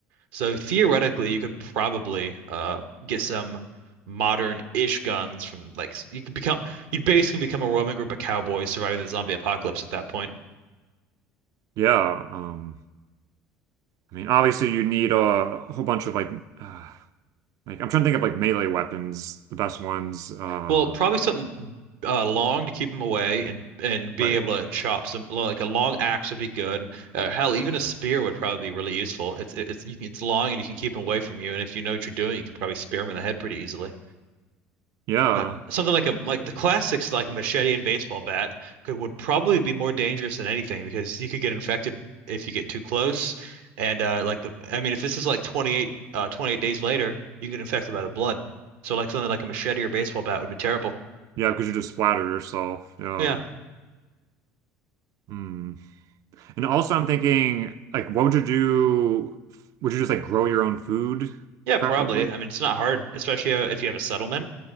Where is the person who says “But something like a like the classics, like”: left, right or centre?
Right